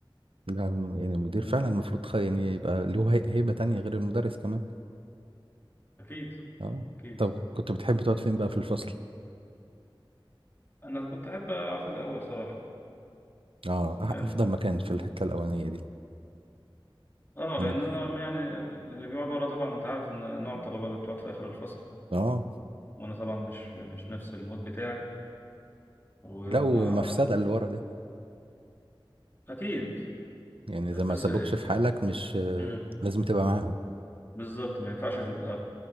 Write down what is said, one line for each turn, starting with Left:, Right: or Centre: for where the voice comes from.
Right: لا الم- يعني المدير
Left: مم.
Right: فعلا المفروض خ- يعني يبقى له هي- هيبة تانية غير المدرس كمان
Left: اكيد
Right: اه
Left: اكيد
Right: طب كنت بتحب تقعد فين بقى في الفصل
Left: انا كنت احب اقعد في الاول صراحه
Right: اه أح-
Left: لأن
Right: افضل مكان في الحتة الاولانية دي
Left: اه
Right: لما
Left: لان
Right: ت-
Left: انا ما يعني اللي بيقعد ورا طبعا انت عارف ان نوع الطلبه اللي بتقعد في اخر الفصل
Right: اه
Left: وانا طبعا مش مش نفس المود بتاعي وما
Right: لا ومفسدة
Left: طب
Right: اللي ورا ده
Left: اكيد
Right: يعني اذا
Left: بس
Right: ما سابوكش في حالك مش آه،
Left: مم.
Right: لازم تبقى معاهم
Left: بالظبط ما ينفعش تبقى